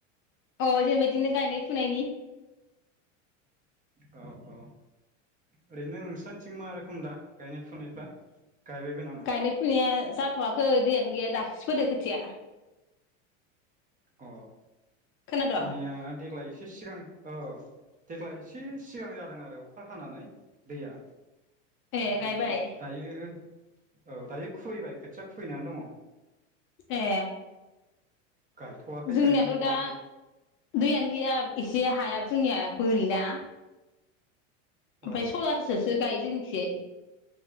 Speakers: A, on the left; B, on the right.
A: अ जेनेबा इदिनो गायनाय फुनायनि
B: औ औ ओरैनो नोंसाथिं मा रोखोम दा गायनाय फुनायफ्रा? गायबायबो नामा
A: गायनाय फुनाया जाथ'वाखै दैयानो गैया दाख्लिसो फोदो खोथिया
B: अ
A: खोनाद'
B: जोंनिया देग्लाय एसे सिगां औ देग्लाय एसे सिगां जादों आरो अखा हानानै दैया
A: ए
B: ओमफाय
A: गायबाय
B: दायो औ दायो खुबैबाय खोथिया खुबैनायानो दङ।
A: ए
B: गायथ'वाखै
A: जोंनियाथ'
B: गायनो मोनथ'वाखै
A: दा दैयानो गैया एसे हायाबो जोंनिया बोरिना
B: अ
A: ओमफ्राय सलारजोंसो गायो जोंनिथिंजाय